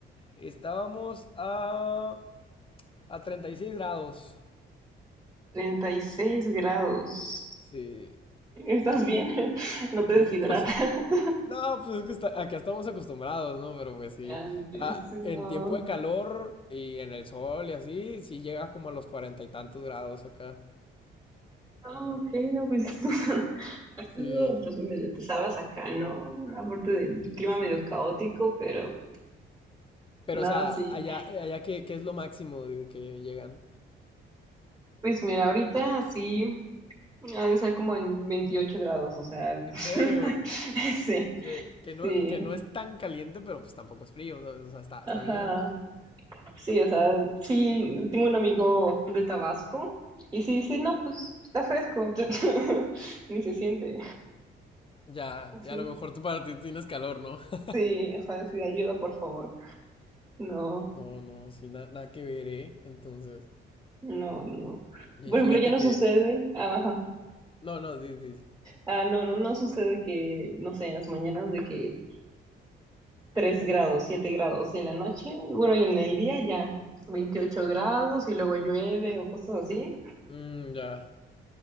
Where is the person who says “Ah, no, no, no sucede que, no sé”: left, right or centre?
Right